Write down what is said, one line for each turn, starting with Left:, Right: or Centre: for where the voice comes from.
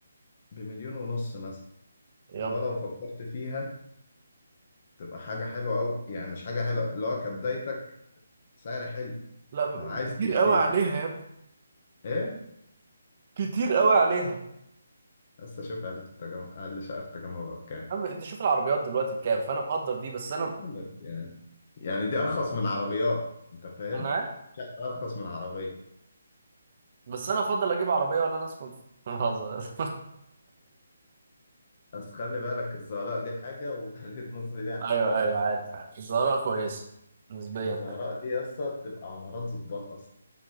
Left: بمليون ونص مثلا
Right: يلا
Left: اللي هو لو فكرت فيها تبقى حاجة حلوة أوي يعني مش حاجة حلوة اللي هو كبدايتك سعر حلو
Right: لا ب...
Left: لو عايز
Right: كتير
Left: تشتري
Right: قوي عليها يا ابني
Left: ايه
Right: كتير قوي عليها يا
Left: بس اشوف اقل في التجمع اقل شقة في التجمع بقى بكام
Right: عم انت شوف العربيات دلوقتي بكام فانا مقدر دي بس انا
Left: أقول لك يعني يعني دي ارخص من عربيات انت فاهم
Right: انا عارف
Left: شقة ارخص من عربية
Right: بس انا افضل اجيب عربيه ولا انا اسكن في <laughs> بهزر
Left: بس خلي بالك الزهراء دي حاجة ومدينة نصر دي حاجة
Right: ايوه
Left: تانية
Right: ايوه عارف عارف الزهراء كويسه نسبيا
Left: الزهراء
Right: حلو
Left: دي يا اسطى بتبقى عمارات ظباط اصلا